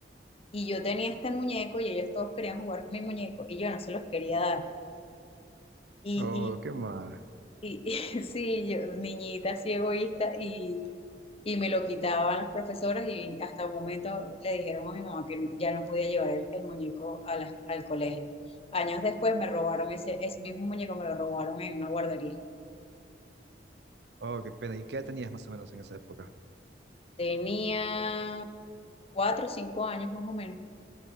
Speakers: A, on the left; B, on the right.
A: Y yo tenía este muñeco y ellos todos querían jugar con mi muñeco y yo no se los quería dar. Y,
B: Oh, qué mal.
A: y, y, <laughs> y sí, yo, niñita así egoísta y, y me lo quitaban las profesoras y hasta un momento le dijeron a mi mamá que ya no podía llevar el, el muñeco a la- al colegio. Años después me robaron ese, ese mismo muñeco, me lo robaron en una guardería.
B: Oh, qué pena. ¿Y qué edad tenías más o menos en esa época?
A: Tenía cuatro o cinco años más o menos.